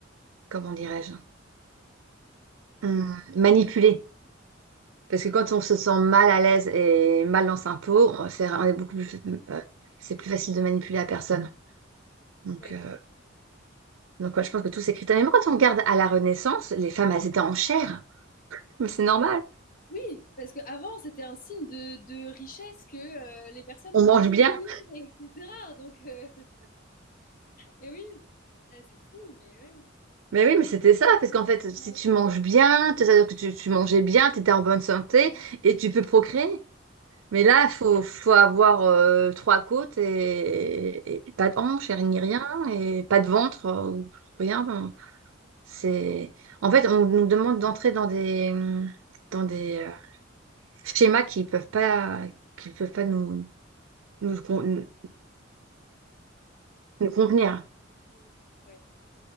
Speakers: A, on the right (about 85°); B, on the left (about 45°).
A: comment dirais-je, Hum, manipuler. Parce que quand
B: Ouais,
A: on se sent mal à l'aise et mal dans sa peau, on, c'est, on est beaucoup plus, euh, c'est plus facile de manipuler la personne. Donc,
B: ouais.
A: euh, donc ouais, je pense que tous ces critères. Mais même quand on regarde à la Renaissance, les femmes, elles étaient en chair. Mais c'est normal.
B: Oui, parce qu'avant, c'était un signe de, de richesse que euh, les personnes
A: On
B: pouvaient
A: mange
B: se
A: bien.
B: dire, etc. Donc, euh, et oui, Ah, c'est fou, mais ouais.
A: Mais oui, mais c'était ça. Parce qu'en fait, si
B: Ouais,
A: tu manges bien, c'est-à-dire que tu, tu mangeais bien, tu étais en bonne santé
B: ouais,
A: et tu peux procréer. Mais
B: ouais.
A: là, faut, faut avoir euh, trois côtes et, et pas de hanches et ni rien et pas de ventre. euh, ou Rien, C'est... En fait, on nous demande d'entrer dans des, mmh, dans des euh, schémas qui peuvent pas, qui peuvent pas nous, nous, con- nous convenir.
B: Mm, ouais,